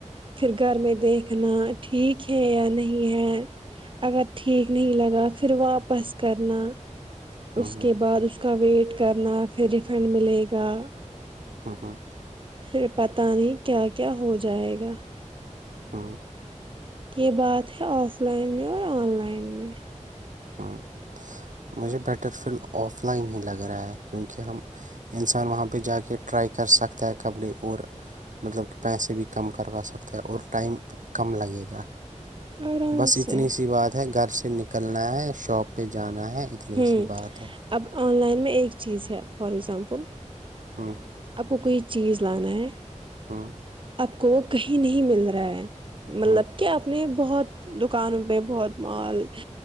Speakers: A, on the right; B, on the right.
A: پھر گھر میں دیکھنا ٹھیک ہے یا نہیں ہے اگر ٹھیک نہیں لگا پھر واپس کرنا
B: ہوں
A: اس
B: ہوں
A: کے بعد اس کا ویٹ کرنا پھر ریفنڈ ملے گا
B: ہاں ہاں
A: پھر پتا نہیں کیا کیا ہو جائے گا
B: ہاں
A: یہ بات ہے آف لائن میں اور آن لائن میں
B: ہاں مجھے بیٹر فیل آف لائن ہی لگ رہا ہے کیونکہ ہم انسان وہاں پہ جا کے ٹرائی کر سکتا ہے کپڑے اور مطلب کہ پیسے بھی کم کروا سکتے ہیں اور ٹائم بھی کم لگے گا
A: آرام
B: بس اتنی
A: سے
B: سی بات ہے گھر سے نکلنا ہے شاپ پہ جانا ہے اتنی
A: ھم
B: سی بات ہے
A: اب آن لائن میں ایک چیز ہے فار اگزامپل
B: ہاں
A: آپ کو کوئی چیز لانا ہے
B: ہاں
A: آپ کو کہیں نہیں مل رہا ہے مطلب
B: ہوں
A: کہ آپ نے بہت دکانوں پہ بہت مال